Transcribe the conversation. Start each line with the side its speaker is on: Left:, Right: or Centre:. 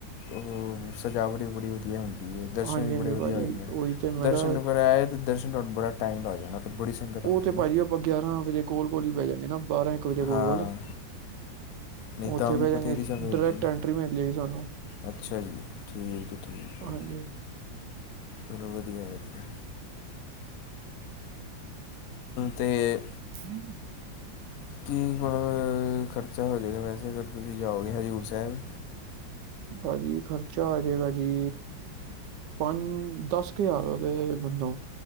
Left: ਉਹ ਸਜਾਵਟ ਵੀ ਬੜੀ ਵਧੀਆ ਹੁੰਦੀ ਦਰਸ਼ਨ
Right: ਹਾਂਜੀ
Left: ਵੀ
Right: ਹਾਂਜੀ
Left: ਬੜੇ ਵਧੀਆ
Right: ਭਾਜੀ
Left: ਹੋਏ ਨੇ
Right: ਉਹੀ ਤੇ ਮੈਂ
Left: ਦਰਸ਼ਨ
Right: ਕਿਹਾ
Left: ਨੰਬਰ ਹੈ ਦਰਸ਼ਨ ਨੂੰ ਬੜਾ ਟਾਈਮ ਲੱਗ ਜਾਣਾ ਹੈ ਤੇ ਬੜੀ ਸੰਗਤ ਆਉਂਦੀ
Right: ਉਹ ਤੇ
Left: ਹੈ ਨਾ
Right: ਭਾਜੀ ਆਪਾਂ ਗਿਆਰਾਂ ਵਜੇ ਕੋਲ ਕੋਲ ਬਹਿ ਜਾਂਗੇ ਨਾ ਬਾਰਾਂ ਇੱਕ ਵਜੇ ਕੋਲ
Left: ਹਾਂ
Right: ਕੋਲ
Left: ਨਹੀਂ
Right: ਉੱਥੇ
Left: ਤਾਂ ਵੀ
Right: ਬਹਿ ਜਾਂਗ
Left: ਬਥੇਰੀ ਸੰਗਤ ਹੁੰਦੀ
Right: ਡਾਇਰੈਕਟ
Left: ਨਾ
Right: ਐਂਟਰੀ ਮਿਲ ਜਾਏਗੀ ਸਾਨੂੰ
Left: ਅੱਛਾ ਜੀ। ਠੀਕ ਹੈ- ਠੀਕ ਹੈ।
Right: ਹਾਂਜੀ
Left: ਚਲੋ, ਵਧੀਆ- ਵਧੀਆ, ਤੇ।
Right: ਹਮ <unintelligible>
Left: ਕੀ ਮਲਬ, ਖਰਚਾ ਹੋ ਜਾਵੇਗਾ। ਵੈਸੇ, ਅਗਰ ਤੁਸੀਂ ਜਾਓਗੇ ਹਜ਼ੂਰ ਸਾਹਿਬ?
Right: ਭਾਜੀ, ਖਰਚਾ ਆਜੇਗਾ ਜੀ। ਪੰਜ, ਦਸ ਕੁ ਹਜ਼ਾਰ ਤੇ, ਮੰਨੋ।